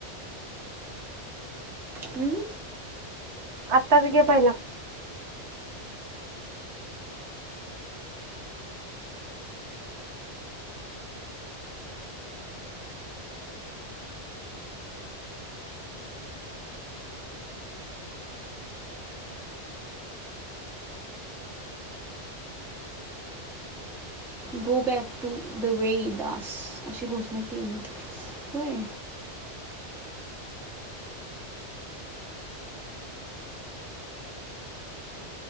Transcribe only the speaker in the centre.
हम्म
गो बॅक टू द वे दास अशी घोषणा केली. होय